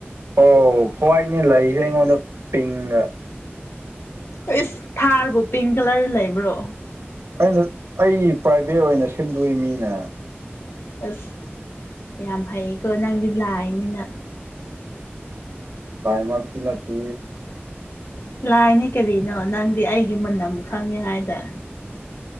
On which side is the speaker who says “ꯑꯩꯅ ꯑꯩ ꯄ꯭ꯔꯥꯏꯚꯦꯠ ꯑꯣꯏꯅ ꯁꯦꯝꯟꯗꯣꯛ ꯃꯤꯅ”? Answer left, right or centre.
Right